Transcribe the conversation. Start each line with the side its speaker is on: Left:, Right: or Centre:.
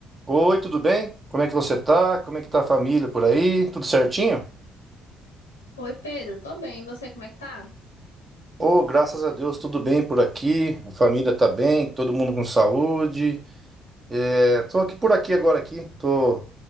Right: Oi, tudo bem? Como é que você tá? Como é que tá a família por aí? Tudo certinho?
Left: Oi, Pedro, tô bem. E você, como é que tá?
Right: Oh, graças a Deus, tudo bem por aqui. A família tá bem, todo mundo com saúde. É, tô aqui por aqui agora aqui. Tô